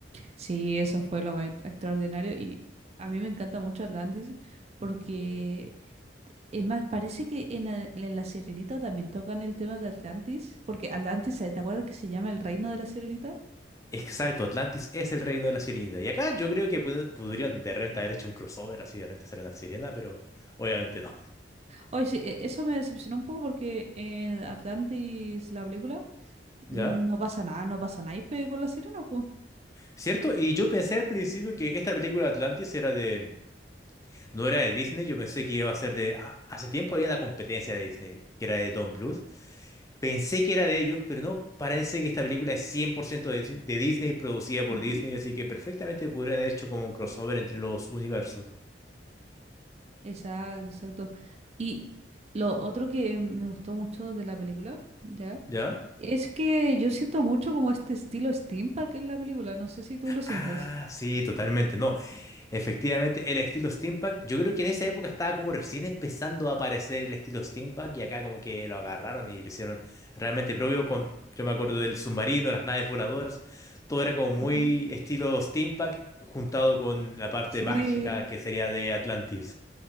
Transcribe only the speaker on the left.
Exacto, Atlantis es el reino de la sirenita. Y acá yo creo que pudi- pudieron de repente haber hecho un crossover, así de repente hacer una sirena, pero obviamente no.
¿Ya?
¿Cierto? Y yo pensé al principio que esta película Atlantis era de No era de Disney, yo pensé que iba a ser de... ah, Hace tiempo había una competencia de Disney, que era de Don Bluth. Pensé que era de ellos, pero no, parece que esta película es 100% de, Dis- de Disney, producida por
Disney, así que perfectamente podrían haber hecho como un crossover entre los universos.
¿Ya?
Ah, sí, totalmente, no. Efectivamente, el estilo steampunk, yo creo que en esa época estaba como recién empezando a aparecer el estilo steampunk y acá como que lo agarraron y lo hicieron realmente propio con, yo me acuerdo del submarino, las naves voladoras, todo era como muy
estilo steampunk juntado con la parte
mágica que sería de Atlantis.